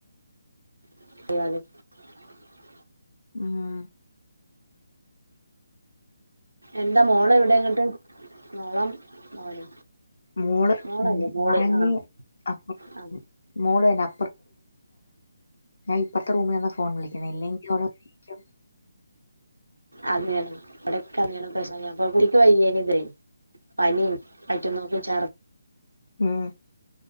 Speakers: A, on the right; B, on the left.
A: <unintelligible>
B: മ്
A: എന്താ മോള് എവടെ ഇന്നട്ട് മോളോ മോനോ?
B: മോള്
A: മോളല്ലേ മോള്
B: ഒറങ്ങി
A: ആഹ്
B: അപ്പ
A: ആഹ്
B: മോള് തന്ന <unintelligible> ഇപ്പറത്തെ റൂമിൽ നിന്ന ഫോൺ വിളിക്കുന്നെ ഇല്ലെങ്കി <unintelligible>
A: അങ്ങനെ ഇവിടൊക്കെ അങ്ങനെ പ്രശ്നം കുട്ടിക്ക് വയ്യേനിം ഇതെയ് പനിം വയറ്റിന്നോക്കും ഛർദി
B: ഉം